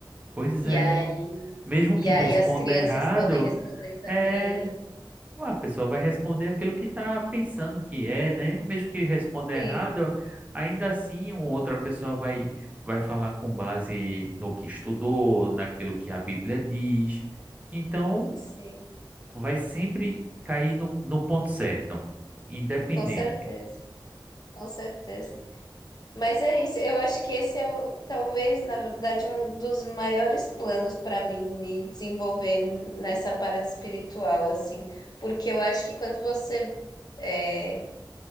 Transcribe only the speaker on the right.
Pois
é.
Mesmo
que
responda
errado,
é. A pessoa vai responder aquilo que está pensando que é, né? Mesmo que responda
errado, ainda assim, uma outra pessoa vai, vai falar com base no que estudou, naquilo que a Bíblia diz. Então,
vai sempre cair no, no ponto certo, independente.